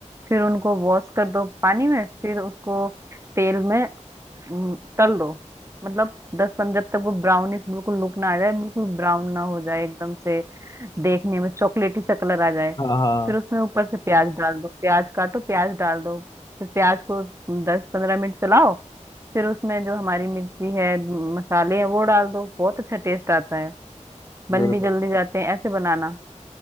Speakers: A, on the right (about 20°); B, on the left (about 30°).
A: फिर उनको वॉश कर दो पानी में फिर उसको तेल में अम, तल दो मतलब दस पंद्रह जब तक वो ब्राउनिश बिल्कुल लुक ना आ जाए बिल्कुल ब्राउन ना हो जाए एकदम से देखने में चॉकलेटी सा कलर आ जाए
B: हाँ हाँ
A: फिर उसमें ऊपर से प्याज डाल दो प्याज काटो प्याज डाल दो फिर प्याज को दस पंद्रह मिनट चलाओ फिर उसमें जो हमारी मिर्ची है मसाले हैं वो डाल दो बहुत अच्छा टेस्ट आता है बन
B: बिल्कुल
A: भी जल्दी
B: बिल्कुल।
A: जाते हैं ऐसे बनाना